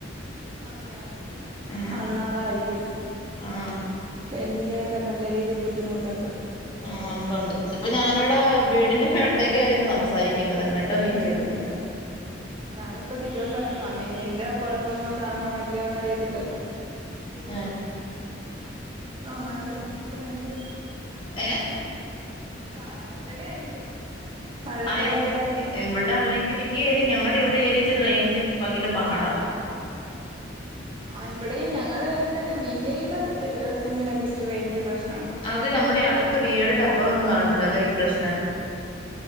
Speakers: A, on the right (about 25°); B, on the left (about 25°).
A: ആന്നോ
B: ഉം
A: ന്നാ അതായിരിക്കും.
B: ആഹ്
A: രേഞ്ചിന്റെയൊക്കെ നല്ല രീതീൽ ബുദ്ധിമുട്ടുണ്ട്.
B: ആഹ് ഉണ്ടുണ്ട് തിപ്പോ ഞാനിവടെ വീടിന്റെ ഫ്രണ്ടേ കേറിനിന്ന് സംസാരിക്കുന്നത് ന്നട്ടും റെയ്ഞ്ച് കിട്ടുന്നില്ല.
A: ഞാനിപ്പോ സിറ്റഔട്ടിൽ ഇറങ്ങി വന്നീനി എന്റെ കൊഴപ്പം കൊണ്ടാണോ അല്ലയോന്ന് അറിയത്തില്ലല്ലോ.
B: ഏ
A: അങ്ങള് റേഞ്ച്
B: ഏഹ്
A: ഇ കാലാവസ്ഥടെ ആയിരിക്കും മഴയുടെയൊക്കെ
B: ആയിരിക്കും രിക്കും ഇവടെ അല്ലെങ്കിലും ഈ എര് ഞങ്ങടെ ഇവിടെ ഏരിയ റേഞ്ചിന് ഭയങ്കര പാടാ
A: ആഹ് ഇവടേം ഞങ്ങളെ ഏരിലൊക്കെ വി ഐടെ സിമ്മിനൊക്കെ ഇച്ചിരി റേഞ്ച് പ്രശ്
B: അത് നമ്മടെ അട്ത്ത് വി ഐടെ ടവറൊന്നും കാണത്തില്ലാ അതാ ഈ പ്രശ്നം.